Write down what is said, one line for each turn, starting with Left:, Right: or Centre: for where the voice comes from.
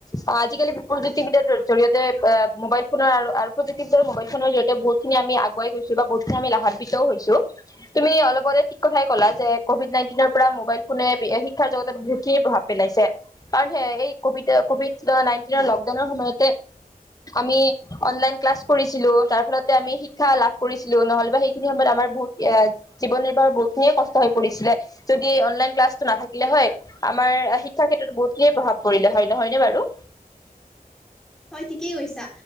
Left: আ আজিকালি প্ৰযুক্তিবিদাৰ জৰিয়তে মোবাইল ফোনৰ প্ৰযুক্তিবিদাৰ মবাইল ফোনৰ জৰিয়তে বহুতখিনি আমি আগুৱাই গৈছো বা বহুতখিনি আমি লাভান্বিত হৈছোঁ, তুমি অলপ আগতে ঠিক কথাই ক'লা যে, কভিড নাইনটিনৰ পৰা মোবাইল ফোনে শিক্ষাৰ জগতত বহুতখিন প্ৰভাৱ পেলাইছে, কাৰণ স এই কভি কভিড নাইনটিনৰ লকডাউনৰ সময়তে আমি অনলাইন ক্লাছ কৰিছিলো, তাৰ ফলতে আমি শিক্ষা লাভ কৰিছিলো নহ'লেবা খিনি সময়ত আমাৰ বহুত এ জীৱন নিৰ্বাহৰ বহুত খিনিয়ে কষ্ট হৈ পৰিছিলে, যদি অনলাইন ক্লাছটো নাথাকিলে হয় আমাৰ শি ক্ষা ক্ষেত্ৰত বহুত খিনিয়ে প্ৰভাৱ পৰিলে হয়। নহয়নে বাৰু?
Centre: হয় ঠিকেই কৈছা